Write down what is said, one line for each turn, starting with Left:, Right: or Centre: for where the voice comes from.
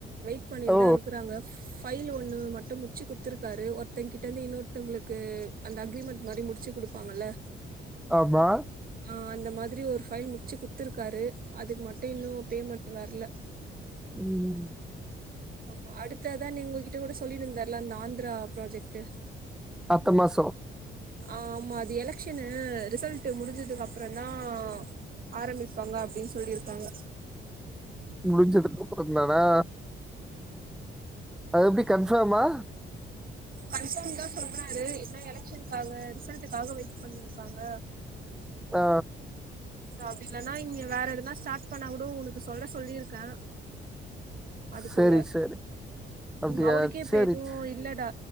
Right: வெயிட் பண்ணிருந்தா
Centre: ஓ
Right: இருக்குறாங்க ஃபைல் ஒன்னு மட்டும் முடிச்சு குடுத்துருக்காரு ஒருத்தங்க கிட்ட இருந்து இன்னொருத்தவுங்களுக்கு அந்த அக்ரிமெண்ட் மாரி முடிச்சு குடு ப்பாங்கல்ல
Centre: ஆமா
Right: ஆ அந்த மாதிரி ஒரு ஃபைல் முடிச்சு குடுத்துருக்காரு அதுக்கு மட்டும் இன்னும் பேமெண்ட் வரல
Centre: உம்
Right: ஆமா அடுத்ததா நீ உங்ககிட்ட கூட சொல்லிருந்தாருல அந்த ஆந்திரா ப்ராஜெக்ட்டு
Centre: அடுத்த மாசம்
Right: ஆமா அது எலெக்க்ஷன்னு ரிசல்ட் முடிஞ்சதுக்கு அப்புற தான் ஆரம்பிப்பாங்க அப்படின் சொல்லிருக்காங்க
Centre: முடிஞ்சதுக்கு அப்புறந்தானா அது எப்டி கன்ஃபார்மா
Right: கன்ஃபார்ம் தா சொல்றாரு என்ன எலெக்ஷனுக்காக ரிசல்ட்டுக்காக வெயிட் பண்ணிருக்காங்க
Centre: ஆ
Right: அப்டி இல்லன்னா இங்க வேற எதுனா ஸ்டார்ட் பண்ணா கூட உனக்கு சொல்ல சொல்லிருக்கே அதுக்குள்ள
Centre: சரி சரி அப்படியா
Right: அவருக்கே இப்ப
Centre: சரி
Right: எதுவு
Centre: சரி.
Right: இல்லடா